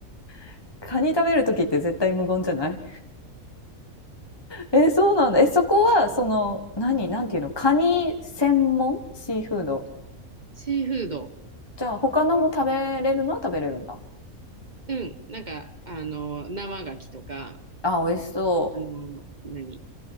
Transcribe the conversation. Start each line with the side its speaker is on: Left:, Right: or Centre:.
Left: <laughs> カニ食べるときって絶対無言じゃないえーそうなんだえそこはその何なんていうのカニ専門シーフード
Right: シーフード、
Left: じゃあ他のも食べれるのは食べれるんだ
Right: うん、なんか、あの、生牡蠣とか、
Left: あ美味しそう
Right: あの、何、